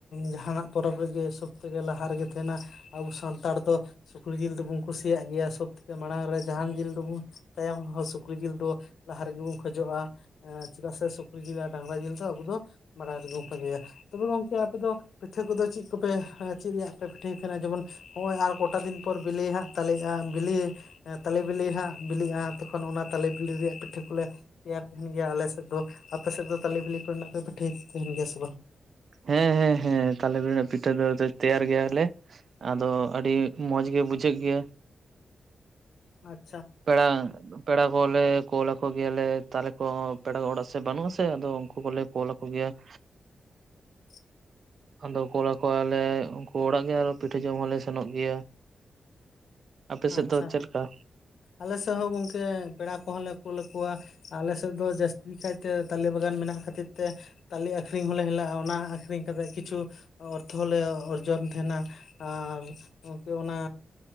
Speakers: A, on the left; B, on the right.
A: ᱡᱟᱦᱟᱱᱟᱜ ᱯᱚᱨᱚᱵᱽ ᱨᱮᱜᱮ ᱥᱚᱵ ᱛᱷᱮᱠᱮ ᱞᱟᱦᱟ ᱨᱮᱜᱮ ᱛᱟᱦᱮᱱᱟ ᱟᱵᱚ ᱥᱟᱱᱛᱟᱲ ᱫᱚ ᱥᱩᱠᱨᱤ ᱡᱤᱞ ᱫᱚᱵᱚᱱ ᱠᱩᱥᱤᱭᱟᱜ ᱜᱮᱭᱟ ᱥᱚᱵ ᱛᱷᱮᱠᱮ ᱢᱟᱲᱟᱝ ᱨᱮ ᱡᱟᱦᱟᱱ ᱡᱤᱞ ᱫᱚᱵᱚᱱ ᱛᱟᱭᱚᱢᱦᱚᱸ ᱥᱩᱠᱨᱤ ᱡᱤᱞ ᱫᱚ ᱞᱟᱦᱟ ᱨᱮᱜᱮ ᱵᱚᱱ ᱠᱷᱚᱡᱚᱜᱼᱟ᱾ ᱪᱮᱫᱟᱜ ᱥᱮ ᱥᱩᱠᱨᱤ ᱡᱤᱞ ᱰᱟᱝᱨᱟ ᱡᱤᱞ ᱟᱵᱚ ᱫᱚ ᱢᱟᱲᱟᱝ ᱨᱮᱜᱵᱚᱱ ᱯᱟᱸᱡᱮᱭᱟ ᱛᱚᱵᱮ ᱜᱚᱝᱠᱮ ᱟᱯᱮ ᱫᱚ ᱯᱤᱴᱷᱟᱹ ᱠᱚᱫᱚ ᱪᱮᱫ ᱠᱚᱯᱮ ᱪᱮᱫ ᱨᱮᱭᱟᱜ ᱯᱮ ᱯᱤᱴᱷᱟᱹᱭ ᱛᱟᱦᱮᱱᱟ ᱡᱮᱢᱚᱱ ᱱᱚᱜᱼᱚᱭ ᱟᱨ ᱠᱚᱴᱟ ᱫᱤᱱ ᱯᱚᱨ ᱵᱮᱞᱮ ᱦᱟᱜ ᱛᱟᱞᱮᱜᱼᱟ ᱵᱮᱞᱮ ᱛᱟᱞᱮ ᱵᱮᱞᱮ ᱦᱟᱸᱜ ᱵᱮᱞᱮᱜᱼᱟ ᱛᱚᱠᱷᱚᱱ ᱚᱱᱟ ᱛᱟᱞᱮ ᱵᱮᱞᱮ ᱨᱮᱭᱟᱜ ᱯᱤᱴᱷᱟᱹ ᱠᱚᱞᱮ ᱛᱮᱭᱟᱨ ᱛᱟᱦᱮᱱ ᱜᱮᱭᱟ ᱟᱞᱮ ᱥᱮᱫ ᱫᱚ ᱟᱯᱮ ᱥᱮᱫ ᱫᱚ ᱛᱟᱞᱮ ᱵᱮᱞᱮ ᱠᱚᱨᱮᱱᱟᱜ ᱯᱮ ᱯᱤᱴᱷᱟᱹᱭ ᱛᱟᱦᱮᱱ ᱜᱮᱭᱟ ᱥᱮ ᱵᱟᱝ?
B: ᱦᱮᱸ ᱦᱮᱸᱮᱸ ᱾ ᱦᱮ ᱛᱟᱞᱮ ᱨᱮᱱᱟᱜ ᱯᱤᱴᱷᱟᱹ ᱫᱚ ᱛᱮᱭᱟᱨ ᱜᱮᱭᱟ ᱞᱮ ᱟᱫᱚ ᱟᱹᱰᱤ ᱢᱚᱸᱡᱽ ᱜᱮ ᱵᱩᱡᱷᱟᱹᱜ ᱜᱮᱭᱟ
A: ᱟᱪᱷᱟ <unintelligible>
B: ᱟᱲᱟᱝ ᱯᱮᱲᱟ ᱠᱚᱞᱮ ᱠᱞ ᱟᱠᱚ ᱜᱮᱭᱟᱞᱮ ᱛᱟᱦᱞᱮ ᱠᱚ ᱯᱮᱲᱟ ᱠᱚ ᱚᱲᱟᱜ ᱥᱮᱫ ᱵᱟᱹᱱᱩᱜ ᱟᱥᱮ ᱟᱫᱚ ᱩᱱᱠᱩ ᱜᱮᱞᱮ ᱟᱠᱚ ᱜᱮᱭᱟ <inaudible>
A: <inaudible>
B: ᱟᱫᱚ ᱠᱚᱲᱟ ᱠᱚᱞᱮ ᱩᱱᱠᱩ ᱚᱲᱟᱜ ᱜᱮ ᱟᱨ ᱯᱤᱴᱷᱟᱹ ᱡᱚᱢ ᱦᱚᱸᱞᱮ ᱥᱮᱱᱚᱜ ᱜᱮᱭᱟ᱾ ᱟᱯᱮ ᱥᱮᱫ
A: ᱟᱪᱪᱷᱟ
B: ᱫᱚ ᱪᱮᱫ ᱞᱮᱠᱟ?
A: ᱟᱞᱮ ᱥᱮᱫ ᱦᱚᱸ ᱜᱚᱝᱠᱮ ᱯᱮᱲᱟ ᱠᱚᱦᱚᱸ ᱞᱮ ᱠᱳᱞ ᱟᱠᱚᱣᱟ ᱟᱞᱮ ᱥᱮᱫ ᱫᱚ ᱡᱟᱹᱥᱛᱤ ᱠᱟᱭᱛᱮ ᱛᱟᱞᱮ ᱵᱟᱜᱟᱱ ᱢᱮᱱᱟᱜ ᱠᱷᱟᱹᱛᱤᱨ ᱛᱮ ᱛᱟᱞᱮ ᱟᱠᱷᱨᱤᱧ ᱦᱚᱸᱞᱮ ᱦᱮᱞᱟᱜᱼᱟ ᱚᱱᱟ ᱟᱠᱷᱨᱤᱧ ᱠᱟᱛᱮᱫ ᱠᱤᱪᱷᱩ ᱚᱨᱛᱷᱚ ᱞᱮ ᱚᱨᱡᱚᱱ ᱛᱟᱦᱮᱱᱟ ᱟᱨ ᱠᱤ ᱚᱱᱟ